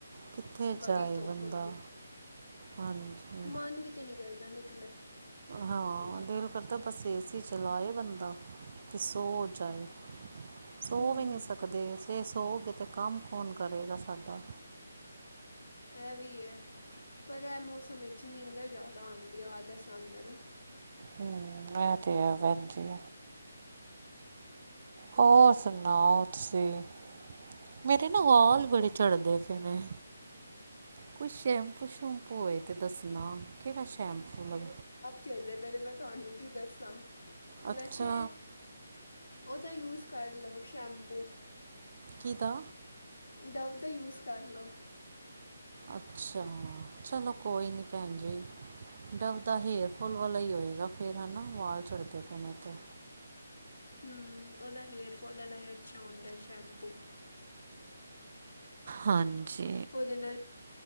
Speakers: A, on the right; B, on the left.
A: ਕਿੱਥੇ
B: ਬੜੀ
A: ਜਾਏ
B: ਧੁੱਪ
A: ਬੰਦਾ,
B: ਹੁੰਦੀ ਹੈ।
A: ਹਾਂਜੀ।
B: ਮਨ ਵੀ ਤੇ ਨੀ ਕਰਦਾ ਨਿਕਲਣ
A: ਹਾਂ,
B: ਦਾ
A: ਦੇਲ ਕਰਦਾ ਬਸ ਏ ਸੀ ਚਲਾਏ ਬੰਦਾ ਤੇ ਸੌ ਜਾਏ। ਸੋ
B: ਹੂੰ
A: ਵੀ ਨੀ ਸਕਦੇ ਸੇ ਸੋਗੇ ਤੇ ਕਾਮ ਕੌਨ ਕਰੇਗਾ ਸਾਡਾ।
B: ਐਵੀ ਐ ਪਰ ਐਹ ਮੌਸਮ ਇਚ ਨੀਂਦਰ ਜਾਦਾ ਆਂਦੀ ਆ, ਆਲਸ ਆਂਦਾ ਏ ਨਾ।
A: ਹੂੰ ਐ ਤੇ ਆ ਵੈਜੀ। ਹੋਰ ਸੁਣਾਓ, ਤੁਸੀਂ? ਮੇਰੇ ਨਾ ਵਾਲ ਬੜੇ ਚੜ੍ਹਦੇ ਪਏ ਨੇ। ਕੋਈ ਸ਼ੈਮਪੂ ਸ਼ੂਪੂ ਹੋਏ ਤੇ ਦੱਸਨਾ ਕੇੜਾ ਸ਼ੈਮਪੂ ਲੱਭ
B: ਚਰਦੇ ਪਏ ਨੇ ਮੈਂ ਤੁਹਾਨੂੰ ਕੀ ਦੱਸਾਂ,
A: ਅੱਛਾ
B: ਵੈਸੇ ਓਹਦਾ ਯੂਸ ਕਰ ਲਓ ਸ਼ੈਂਪੂ।
A: ਕੀਦਾ?
B: ਡਵ ਦਾ ਯੂਸ ਕਰ ਲੋ।
A: ਅੱਛਾ, ਚਲੋ ਕੋਈ ਨੀ ਪੈਣ ਜੀ। ਡਬ ਦਾ ਹੇਅਰ ਫੋਲ ਵਾਲਾ ਹੀ ਹੋਏਗਾ ਫੇਰ ਹੈਨਾ, ਵਾਲ ਚੜਦੇ ਪਏ ਨੇ ਤੇ।
B: ਹੂੰ, ਓਦਾ ਹੇਅਰਫੋਲ ਆਲਾ ਈ ਅੱਛਾ ਹੋੰਦੈ ਸ਼ੈਂਪੂ।
A: ਹਾਂਜੀ।
B: ਓਦੇ ਨਾਲ